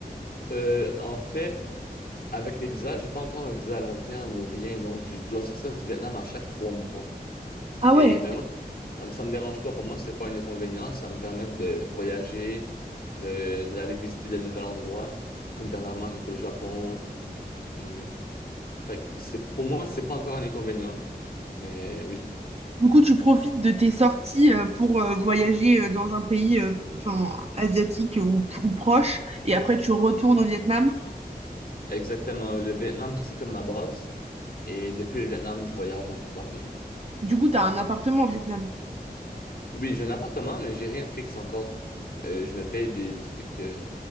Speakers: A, on the left; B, on the right.
A: Euh, en fait, avec les visas, j'ai pas encore un visa à long terme ou rien, donc je dois sortir du Vietnam à chaque trois mois.
B: Ah
A: Et
B: ouais.
A: ben moi, ça, me- ça me dérange pas. Pour moi, c'est pas un inconvénient. Ça me permet de voyager, le- d'aller visiter de nouveaux endroits. Comme dernièrement, j'étais au Japon. Hum, Fait que c'est pour moi, c'est pas encore un inconvénient, mais oui.
B: Du coup, tu profites de tes sorties euh, pour euh, voyager euh, dans un pays, euh, enfin, asiatique ou, ou proche, et après tu retournes au Vietnam.
A: Exactement. Le Vietnam, c'est comme ma base. Et depuis le Vietnam, je voyage dans plusieurs pays.
B: Du coup, t'as un appartement au Vietnam.
A: Oui, j'ai un appartement, mais j'ai rien de fixe encore. Euh, je me paye des trucs euh,